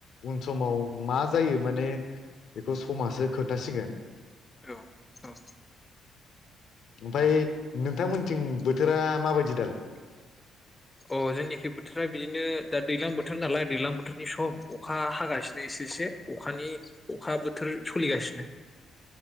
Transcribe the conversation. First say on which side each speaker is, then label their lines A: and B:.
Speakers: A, on the left; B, on the left.
A: उन समाव मा जायो माने बेखौ समासो खोथासिगोन।
B: औ औ
A: ओमफाय नोंथांमोनथिं बोथोरा माबायदि दालाय?
B: अ जोंनिखि बोथोरा बिदिनो दा दैलां बोथोर नालाय दैलां बोथोरनि सम अखा हागासिनो एसे एसे अखानि अखा बोथोर सलिगासिनो।